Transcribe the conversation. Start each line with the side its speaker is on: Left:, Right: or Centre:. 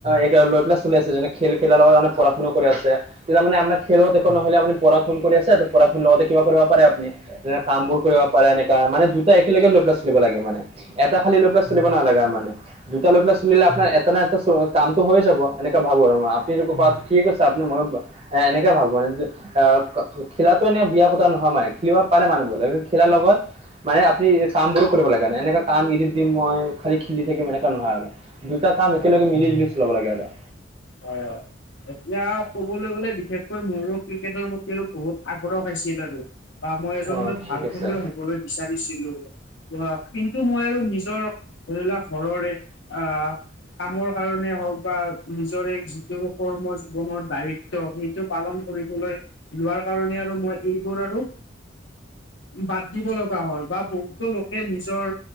Right: এগ এ লৈ পেলাই চলি আছে যেনে খেল খেলাৰ লগত পঢ়া শুনাও কৰি আছে। তেতিয়া মানে আপোনাক খেলত একো নহলে আপোনি পঢ়া শুনা কৰি আছে ত পঢ়া ন লগওঁতে কিবা কৰিব পাৰে আপ। নি যে কামবোৰ কৰিব পাৰে এনেকা মানে দুটা একেলগে লৈ পেলাই চ চলিব লাগে মানে এটা খালী লৈ পেলাই চলিব নালাগে আৰু মানে। দুটা লৈ পেলাই চলিলে আপোনাৰ এটা না এটা কামটো হৈ যাব এনেকা ভাবো আৰু আপনি <unintelligible> ঠিক আছে আপনি ময়ো ব এ এনেকে ভাবো <unintelligible> যে আহ ক ক ক খেলাটো এনে বিয়া কথা নহয় মানে খেলিব পাৰে মানুহবোৰ কি খেলাৰ লগত মানে আপনি এই কামবোৰো কৰিব লাগে মানে এনেকা কাম এৰি দিম মই খালি খেলি থাকিম এনেকা নহয় আৰু দুটা কাম
Left: হয়
Right: একেলগে মিলি লৈ লব লাগে আৰু।
Left: হয় -হয়। এতিয়া কবলৈ গ'লে বিশেষকৈ মোৰো ক্ৰিকেটৰ প্ৰতিও বহুত আগ্ৰহ পাইছিল আৰু। বা মই এজন
Right: অ ঠিক
Left: ভাল
Right: আছে
Left: খেলুৱৈ হবলৈ বিচাৰিছিলো। <unintelligible> কিন্তু মই আৰু নিজৰ ধৰিলোৱা ঘৰৰে আহ কামৰ কাৰণে হওক বা নিজৰে যিটো কৰ্ম জীৱনৰ দায়িত্ব সেইটো। পালন কৰিবলৈ লোৱাৰ কাৰণে আৰু মই এইবোৰ আৰু বাদ দিব লগা হয় বা বহুতো লোকে নিজৰ